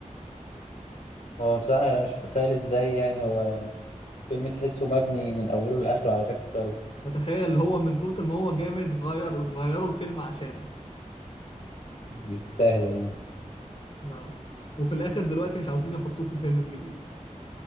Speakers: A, on the left (about 80°); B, on the left (about 50°).
A: هو بصراحة انا مش متخيل ازاي يعني هو فيلم تحسه مبني من اوله لاخره على جاك سبارو
B: فتخيل هو من كتر ما هو جامد غير غيروا الفيلم عشانه
A: يستاهل والله
B: اه وفي الاخر دلوقتي مش عاوزين يحطوه في الفيلم الجديد